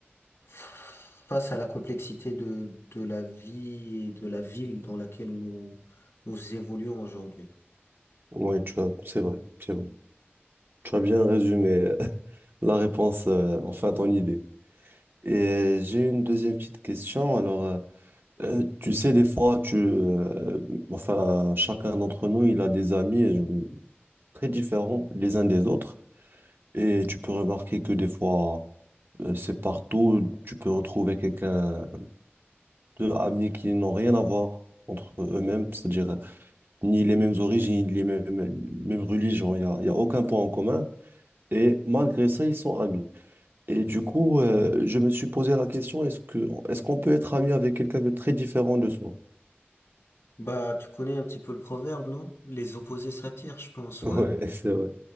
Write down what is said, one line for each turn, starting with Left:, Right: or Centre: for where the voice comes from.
Left: face à la complexité de, de la vie et de la ville dans laquelle nous, nous évoluons aujourd'hui.
Right: oui, tu as, c'est vrai, c'est vrai. Tu as bien résumé euh, <laughs> la réponse, euh, enfin ton idée. Et euh, j'ai une deuxième petite question. Alors, euh, euh, tu sais, des fois, tu, euh, enfin, chacun d'entre nous, il a des amis euh, très différents les uns des autres. Et tu peux remarquer que des fois, euh, c'est partout, tu peux retrouver quelqu'un, deux amis qui n'ont rien à voir entre eux-mêmes, c'est-à-dire euh, ni les mêmes origines, ni les mêmes, mêmes religions, il n'y a, il y a aucun point en commun. Et malgré ça, ils sont amis. Et du coup, euh, je me suis posé la question, est-ce que, est-ce qu'on peut être ami avec quelqu'un de très différent de soi? <laughs>
Left: Bah, tu connais un petit peu le proverbe, non? Les opposés s'attirent, je pense,
Right: Ouais,
Left: ouais.
Right: c'est vrai.